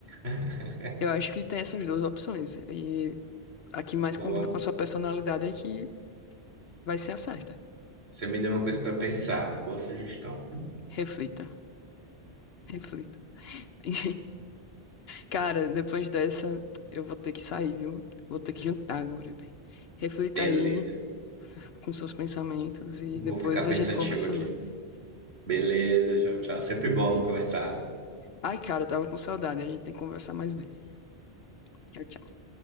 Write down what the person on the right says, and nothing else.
<laughs>
Boa.
Você me deu uma coisa para pensar. Boa sugestão.
Beleza.
Vou
ficar pensativo
aqui.
Beleza, tchau, tchau. Sempre bom conversar.